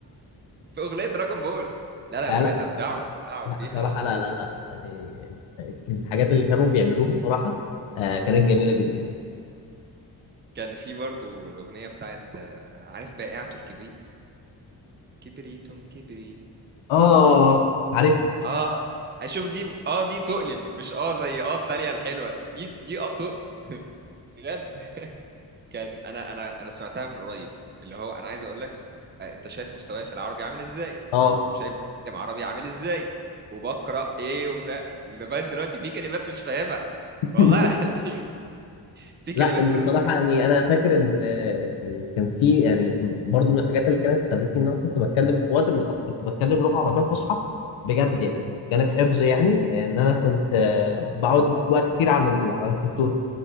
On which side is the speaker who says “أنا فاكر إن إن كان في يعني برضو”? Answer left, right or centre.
Left